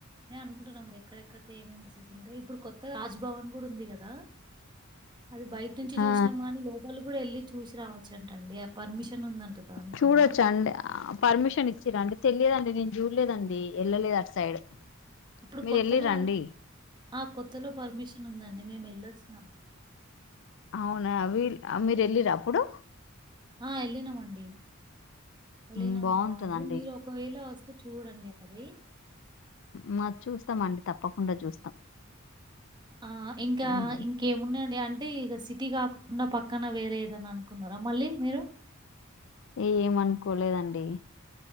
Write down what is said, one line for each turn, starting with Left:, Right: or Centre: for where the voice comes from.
Right: నేను అనుకుంటున్నా. ఎక్కడెక్కడితే ఏమేమి ప్లేసెస్ ఉంటాయి. ఇప్పుడు కొత్తగా రాజ్ భవన్. గూడ ఉంది గాదా. అది బయట నుంచి
Left: ఆ
Right: చూసినాం గానీ, లోపల కూడా ఏళ్ళి చూసి రావచ్చు అంటండి. పర్మిషన్ ఉందంట దానికి
Left: చూడొచ్చా
Right: కూడా
Left: అండి పర్మిషన్ ఇచ్చిరాండి. తెలియదండి. నేను చూడలేదండి. వెళ్ళలేదు అటు సైడ్
Right: అప్పుడు
Left: మీరు
Right: కొత్తలో,
Left: వెళ్ళిరండి
Right: ఆ కొత్తలో పర్మిషన్ ఉందండి. మేము ఏళ్ళి వోచ్చినాము.
Left: అవునా మీ మీరు వెళ్ళిరా అప్పుడు
Right: ఆ ఎళ్లినామండి వెళ్ళినాం
Left: ఉమ్, బాగుంటదండి
Right: బాగుంది మీరు ఒకవేళ వ చూడండి అది
Left: మ చూస్తామ అండి తప్పకుండా చూస్తాం
Right: ఆ ఇంకా
Left: ఉమ్,
Right: ఇంకేమున్నాయండి అంటే ఇక సిటీ కాకుండా పక్కన వేరే ఏదని అనుకున్నారా మళ్ళీ మీరు
Left: ఏమనుకోలేదండి